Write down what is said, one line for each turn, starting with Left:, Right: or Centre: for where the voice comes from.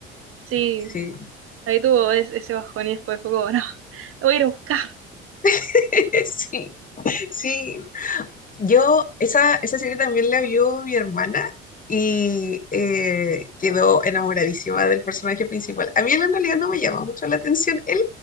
Right: sí,
Left: Sí.
Right: ahí tuvo es- ese bajón y después fue como, no, lo voy a ir a buscar.
Left: <laughs> Sí, sí. Yo, esa, esa serie también la vio mi hermana y eh, quedó enamoradísima del personaje principal. A mí él en realidad no me llama mucho la atención, él